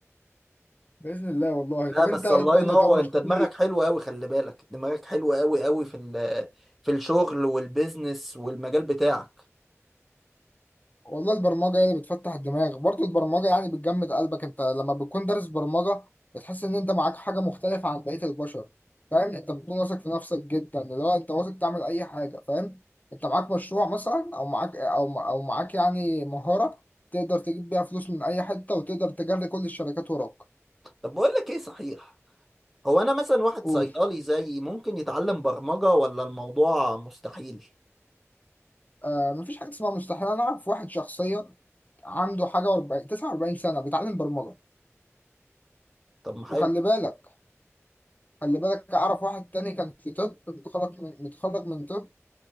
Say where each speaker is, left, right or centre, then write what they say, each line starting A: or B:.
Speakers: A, on the left; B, in the centre.
A: بإذن الله والله
B: لا
A: طب
B: بس
A: انت ايه
B: الله
A: الدنيا
B: ينور
A: طب مش
B: انت دماغك
A: ناوي
B: حلوة قوي خلي بالك دماغك حلوة قوي قوي في ال... في الشغل والبيزنس والمجال بتاعك
A: والله البرمجة هي اللي بتفتح الدماغ برضه البرمجة يعني بتجمد قلبك انت لما بتكون دارس برمجة بتحس ان انت معاك حاجة مختلفة عن بقية البشر فاهم انت بتكون واثق في نفسك جدا اللي هو انت واثق تعمل اي حاجة فاهم انت معاك مشروع مثلا او معاك او او معاك يعني مهارة تقدر تجيب بيها فلوس من اي حتة وتقدر تجري كل الشركات وراك
B: طب بقول لك ايه صحيح هو انا مثلا واحد
A: قول
B: صيدلي زيي ممكن يتعلم برمجة ولا الموضوع مستحيل
A: آه مفيش حاجة اسمها مستحيل انا اعرف واحد شخصيا عنده حاجة 40 49 سنة بيتعلم برمجة
B: طب ما حلو
A: وخلي بالك خلي بالك أعرف واحد تاني كان في طب متخرج من متخرج من طب